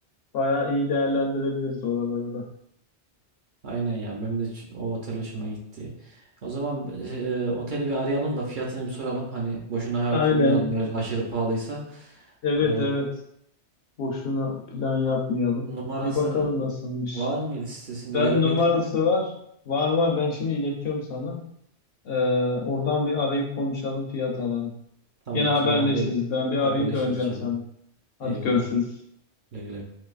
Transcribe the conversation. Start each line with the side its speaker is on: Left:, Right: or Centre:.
Left: Bayağı iyi değerlendirebiliriz oraları da.
Right: Aynen ya benim de ç- o otel hoşuma gitti. O zaman e, oteli bir arayalım da fiyatını bir soralım. Hani boşuna hayal
Left: Aynen.
Right: kurmayalım eğer aşırı pahalıysa.
Left: Evet
Right: E,
Left: evet. Boşuna plan yapmayalım.
Right: Numarası
Left: Bir bakalım nasılmış.
Right: var mıydı sitesinde
Left: Ben
Right: görebildin
Left: numarası
Right: mi?
Left: var. Var var. Ben şimdi iletiyorum sana. Ee, oradan bir arayıp konuşalım, fiyat alalım.
Right: Tamam
Left: Gene haberleşiriz.
Right: tamam haber,
Left: Ben bir arayayım
Right: haberleşiriz
Left: döneceğim
Right: inşallah.
Left: sana. Hadi
Right: Eyvallah.
Left: görüşürüz.
Right: Güle güle.